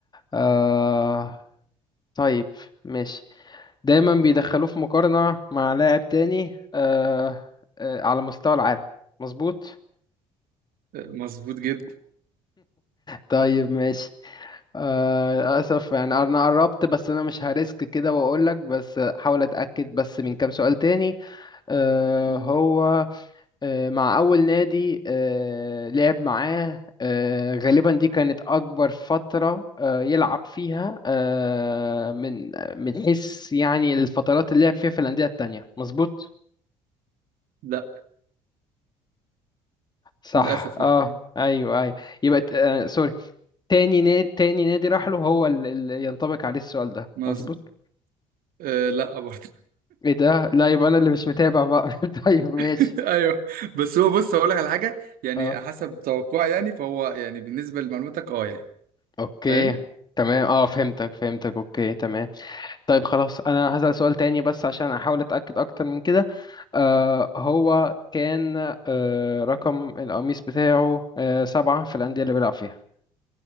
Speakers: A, on the left; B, on the right.
A: آه طيب ماشي دايما بيدخلوه في مقارنة مع لاعب تاني آه آه على مستوى العالم مظبوط
B: آه، مظبوط جدا
A: طيب ماشي آه اسف يعني انا قربت بس انا مش هريسك كده واقول لك بس حاول اتاكد بس من كام سؤال تاني آه
B: مم.
A: هو آه، مع أول نادي آه، لعب معاه آه، غالبا دي كانت أكبر فترة آه، يلعب فيها آه، من من حيث يعني الفترات اللي لعب فيها في الأندية التانية مظبوط؟
B: لا
A: صح
B: للاسف
A: اه
B: لا يعني
A: أيوه أيوه يبقى ت- آه، سوري تاني نادي تاني نادي راح له هو اللي ينطبق عليه السؤال ده
B: مظبوط
A: مظبوط؟
B: آه لا برضه
A: ايه ده؟ لا يبقى أنا اللي مش متابع بقى <laughs> طيب ماشي
B: <laughs> ايوه بس هو بص هقول لك على حاجه يعني
A: اه
B: حسب توقعي يعني فهو يعني بالنسبه لمعلوماتك اه يعني
A: اوكي
B: فاهم
A: تمام اه فهمتك فهمتك اوكي تمام طيب خلاص انا هسأل سؤال تاني بس عشان احاول اتأكد اكتر من كده آه هو كان آه رقم القميص بتاعه آه سبعة في الأندية اللي بيلعب فيها